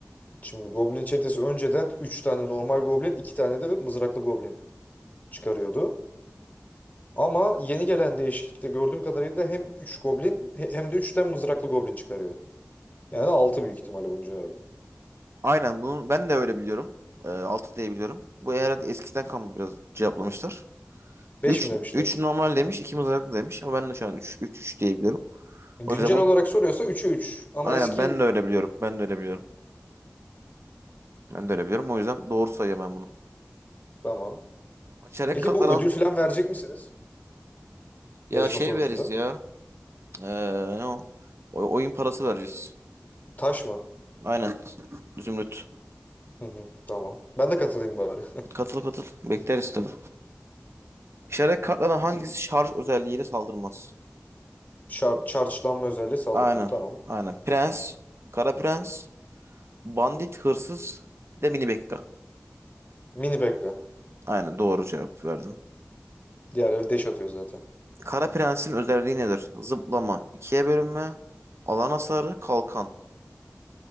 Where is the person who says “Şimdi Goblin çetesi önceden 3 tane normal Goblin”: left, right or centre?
Left